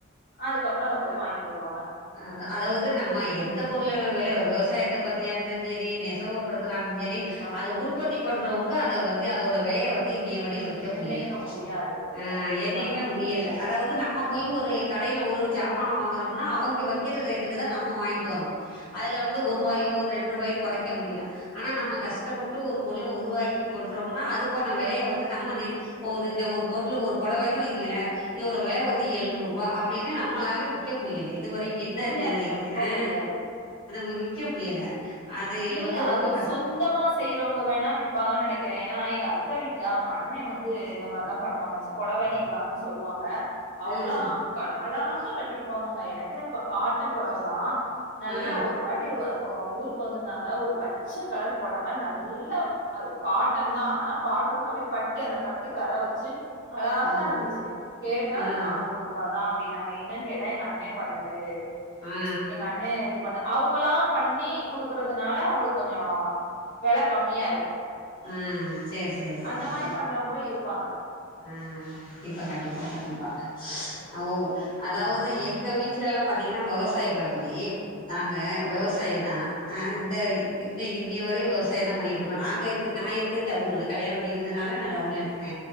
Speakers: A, on the left (about 55°); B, on the left (about 25°).
A: அதுக்கப்புறோ போய் வாங்கிட்டு வருவாங்க
B: ஆ அதாவது நம்ம எந்த பொருள்லா வெல விவசாயத்தை பத்தியா இருந்து செரி நெசவுப்படுத்த படுத்துனாலு
A: கண்டிப்பா
B: செரி அத உற்பத்தி பண்றவங்க அத வந்து அதோட வெலைய வந்து இன்னிய வரையு வெக்க
A: நிர்ணயிக்க
B: முடியல
A: முடியாது
B: ஆ
A: கண்டிப்பாங்க
B: என்னைக்குமே முடியல அதாவது நம்ம போய் ஒரு கடையில ஒரு சாமானா வாங்கறோம்னா அவங்க வைக்கிற ரேட்டுக்கு தா நம்ம வாங்கிட்டு வரோ அதில வந்து
A: ஆமா
B: ஒருவாயோ ரெண்டு வாயோ கொறைக்க முடியல ஆனா நம்ம கஷ்டப்பட்டு ஒரு பொருளை உருவாக்கி கொண்றோம்னா அதுக்கான வெலையவந்து நம்ம நிர் இப்ப ஒரு இந்த ஒரு பொருளு ஒரு பொடவேனு வெய்ங்களே இதோட வெல வந்து எழுநூறு ரூபா அப்படின்னு நம்மளால விக்க முடியல இது வரையு எந்த
A: முடியாது
B: நே
A: கண்டிப்பா
B: ஆ
A: முடியாது
B: நம்ம விக்க முடியல அது
A: இல்ல
B: வந்து
A: அது
B: ரொம்ப கஷ்ட
A: சொந்தமா செய்றவங்க வேணா விப்பாங்கன் நெனைக்கிறே ஏனா எங்க அத்த வீட்ல அவுங் அண்ணே வந்து இந்த மாரிதா பண்ணுவாங்க <unintelligible> பொடவ நெய்வாங்கன் சொல்வாங்க அவுங்களா
B: ம்
A: <unintelligible> ஆனா <unintelligible> கட்டிருப்பாங்கங்க எனக்கே <unintelligible> காட்டன் பொடவ தா நல்லா
B: ஆ
A: ஒரு வாட்டி ஒ ஓ ஊருக் வந்திருந்தாங்க ஒரு பச்ச கலர் பொடவ நல்லா அது காட்டன் தா ஆனா பாக்குறதுக் அப்டே பட்டு அந்த பட்டு கர வெச்சு அழகா
B: ம்
A: இருந்துச்சு கேட்டா
B: ம்
A: நானூரூப தா அப்டினாங்க என்னென் கேட்டா எங்க அண்ணே பண்ணது
B: ஆ
A: ச்ச் எங்க அண்ணே இது பண்ண அவுங்களா பண்ணி குடுக்கறதுனால உங்களுக்கு கொஞ்சோ வெல கம்மியா இருக்கு
B: ம் சேரி சேரி சேரி
A: அந்த மாரி பண்றவங்களு இருப்பாங்க
B: எ இப்ப கண்டிப்பா கண்டிப்பா ச் ஓ அதாவ் து எங்க வீட்ல எல்லா பாத்தீங்கன்னா விவசாய ஃபேமிலி நாங்க
A: ஓ
B: விவசாயதா அ இந்த இன்னி இன்னி வரையு விவசாயந்தா பண்ணிகிட்டுருக்கோ நாங்க இருக் நா இருக்கது டவுனு கல்யாணம் பன்னி வந்தனால நான் டவுன்ல இருக்கிற